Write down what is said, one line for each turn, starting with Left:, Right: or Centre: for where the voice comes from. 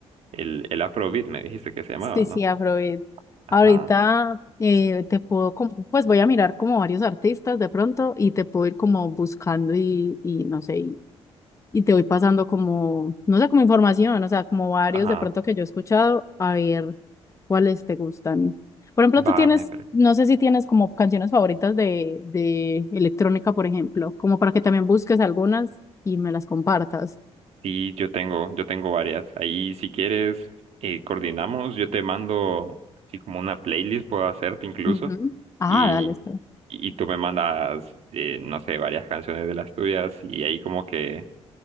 Right: El, el Afrobeat me dijiste que se llamaba,
Left: Sí, sí,
Right: ¿no?
Left: Afrobeat.
Right: Ajá.
Left: Ahorita eh, te puedo, como- pues voy a mirar como varios artistas de pronto y te puedo ir como buscando y, y no sé, y, y te voy pasando como, no sé, como información, o sea, como varios
Right: Ajá.
Left: de pronto que yo he escuchado, a ver ¿Cuáles te gustan? Por ejemplo,
Right: Va,
Left: tú tienes,
Right: me parece.
Left: no sé si tienes como canciones favoritas de, de electrónica, por ejemplo, como para que también busques algunas y me las compartas.
Right: Sí, yo tengo, yo tengo varias. Ahí, si quieres, eh, coordinamos. Yo te mando, así como una playlist puedo hacerte incluso.
Left: Ujú. Ah,
Right: Y,
Left: dale, está.
Right: y tú me mandas, eh, no sé, varias canciones de las tuyas y ahí como que